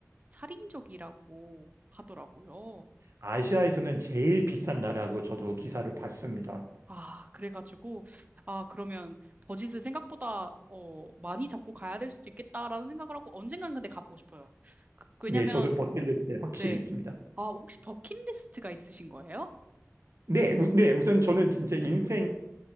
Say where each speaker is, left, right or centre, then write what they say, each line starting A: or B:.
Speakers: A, on the right; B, on the right.
A: 살인적이라고 하더라고요.
B: 아시아에서는 제일 비싼 나라고 저도 기사를 봤습니다.
A: 아, 그래가지고, 아, 그러면 버짓을 생각보다, 어, 많이 잡고 가야 될 수도 있겠다라는 생각을 하고 언젠간 근데 가보고 싶어요. 그- 왜냐면,
B: 네, 저도 버킷리스트에 확실히
A: 네.
B: 있습니다.
A: 아, 혹시 버킷리스트가 있으신 거예요?
B: 네, 우, 네, 우선 저는 진짜 인생에